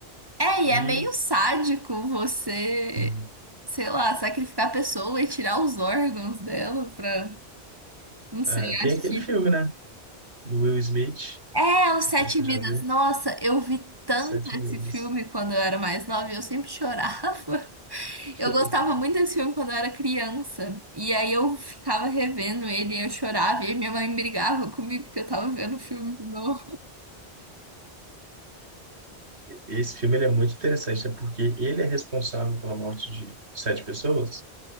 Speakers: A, on the right; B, on the right.
A: É, e
B: e
A: é meio sádico você,
B: Sim.
A: sei lá, sacrificar a pessoa e tirar os órgãos dela pra. Não sei,
B: É, tem
A: acho
B: aquele
A: que.
B: filme, né? Do Will Smith,
A: É, Os Sete
B: não sei se você
A: Vidas.
B: já viu,
A: Nossa, eu vi tanto
B: Sete
A: esse
B: Vidas.
A: filme quando eu era mais nova e eu sempre chorava. <laughs> Eu
B: <laughs>
A: gostava muito desse filme quando eu era criança. E aí eu ficava revendo ele e eu chorava. E aí minha mãe brigava comigo que eu tava vendo o filme de novo.
B: Esse filme ele é muito interessante, né? Porque ele é responsável pela morte de sete pessoas.